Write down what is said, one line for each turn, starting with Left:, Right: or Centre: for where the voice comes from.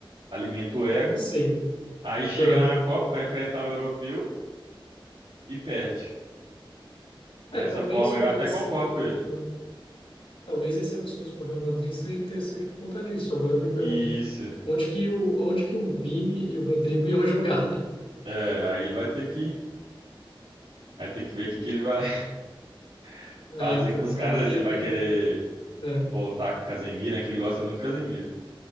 Right: alimenta o ego,
Left: sim.
Right: aí chega
Left: aham.
Right: na Copa, vai enfrentar um europeu e perde. Dessa
Left: É, talvez
Right: forma,
Left: o,
Right: eu até
Left: esse,
Right: concordo com ele.
Left: uhum, talvez esse amistoso com o Real Madrid seja interessante por conta disso. Agora eu me pergunto.
Right: Isso.
Left: onde que o, onde que o Vini e o Rodrigo iam jogar. <laughs>
Right: É, aí ele vai ter que, vai ter que ver o que, que ele vai <laughs>
Left: É,
Right: fazer
Left: então,
Right: com os caras,
Left: eu achei
Right: aí, se ele vai
Left: meio.
Right: querer
Left: É,
Right: voltar com o Casemiro, né? Que ele gosta muito do Casemiro.